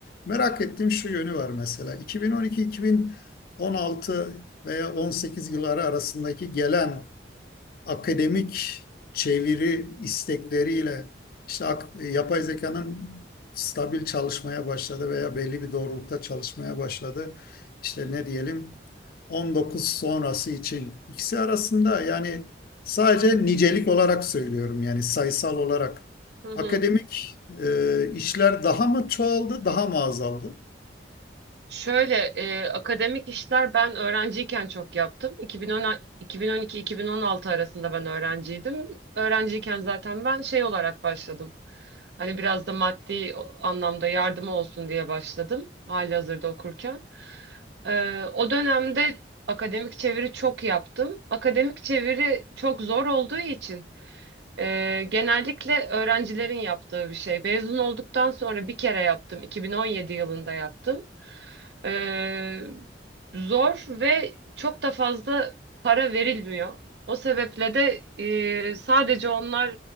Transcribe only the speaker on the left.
Merak ettiğim şu yönü var mesela. 2012-2016 veya 18 yılları arasındaki gelen akademik çeviri istekleriyle işte yapay zekanın stabil çalışmaya başladı veya belli bir doğrultuda çalışmaya başladı. İşte ne diyelim 19 sonrası için ikisi arasında yani sadece nicelik olarak söylüyorum yani sayısal olarak.
Akademik e, işler daha mı çoğaldı, daha mı azaldı?